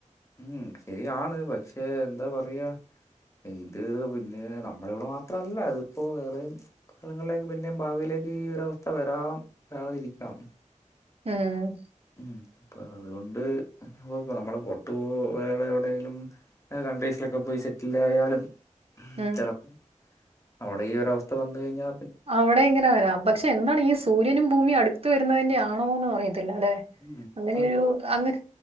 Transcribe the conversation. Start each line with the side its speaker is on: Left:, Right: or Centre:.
Left: ഉം ശരിയാണ് പക്ഷെ എന്താ പറയാ. ഇത് പിന്നെ നമ്മൾടെ മാത്ര അല്ല ഇത്പ്പൊ വേറേം. സ്ഥലങ്ങളിലേക്ക് പിന്നേം ഭാവിയിലേക്ക് ഈ ഒരവസ്ഥ വരാം വരാതിരിക്കാം.
Right: ഉം.
Left: ഉം അപ്പ അതു കൊണ്ട് ഇപ്പ അമ്മള് പൊറത്തു പോവോ വേറെ എവിടെലും. കൺട്രീസിലൊക്കെ പോയി സെറ്റിലായാലും
Right: ഉം
Left: ചെലപ് അവടെ ഈ ഒരവസ്ഥ വന്ന് കഴിഞ്ഞാ
Right: അവിടെ ഇങ്ങനെ വരാം പക്ഷെ എന്താണ് ഈ സൂര്യനും ഭൂമിം അടുത്ത് വരുന്നതിന്റെ ആണോന്നും അറിയത്തില്ലല്ലെ.
Left: ഉം
Right: അങ്ങനൊരു
Left: ചിലപ്പോ
Right: അങ്ങനെ